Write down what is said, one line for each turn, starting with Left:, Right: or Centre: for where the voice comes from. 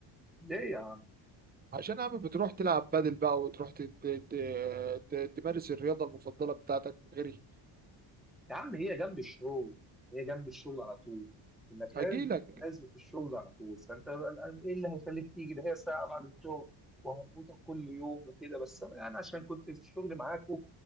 Centre: ليه يا عم
Right: عشان يا عم بتروح تلعب بادل بقى وتروح ت- ت- ت- تمارس الرياضة المفضلة بتاعتك غيري
Centre: يا عم هي جنب الشغل هي جنب الشغل على طول المكان
Right: هجيلك
Centre: لازق في الشغل على طول فانت بقى الآن ايه اللي هيخليك تيجي ده هي ساعه بعد الشغل وهربطك كل يوم وكده بس انا يعني عشان كنت في الشغل معاكم